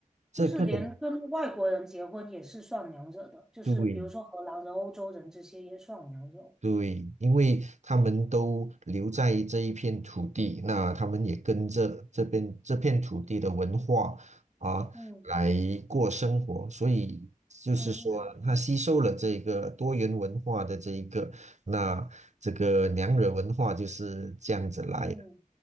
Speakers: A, on the right; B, in the centre.
A: 这各种
B: 就是连跟外国人结婚也是算娘惹的，就是比如说荷兰人、
A: 对
B: 欧洲人这些也算娘惹。
A: 对，因为他们都留在这一片土地，那他们也跟着这边这片土地的文化啊来过生活，
B: 嗯嗯
A: 所以就是说，
B: 嗯嗯
A: 他吸收了这个多元文化的这一个，那这个娘惹文化就是这样子来的
B: 嗯，